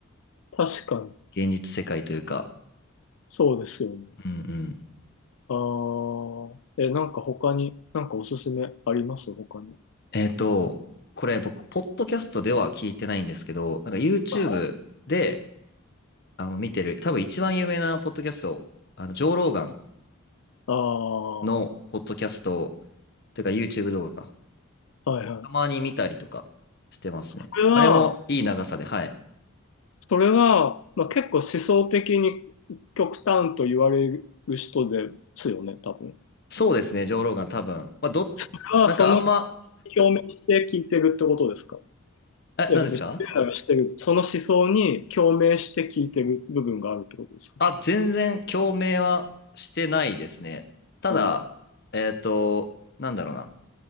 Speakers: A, on the left; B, on the left.
A: 確かに、
B: 現実世界というか。
A: そうですよね。
B: うんうん。
A: ああ、え、なんか他に、なんかおすすめあります他に。
B: えっと、これ僕、ポッドキャストでは聞いてないんですけど、なんか YouTube
A: あ
B: で、あの、見てる、多分一番有名なポッドキャスト、あの、ジョー・ローガン
A: あ、
B: のポッドキャスト、
A: は
B: というか YouTube 動画か。
A: いはい。
B: たまに見たりとかしてますね。
A: これは、
B: あれもいい長さで、はい。
A: それは、まあ、結構思想的に極端と言われる人ですよね、多分。
B: そうですね、上ローガン多分。まあ、ど、
A: それはその
B: なんかあんま、
A: 共鳴して聞いてるってことですか
B: え、
A: いや、
B: 何ですか
A: 別にしてるならしてる。その思想に共鳴して聞いてる部分があるってことですか
B: あ、全然共鳴はしてないですね。ただ、
A: うん
B: えっと、なんだろうな。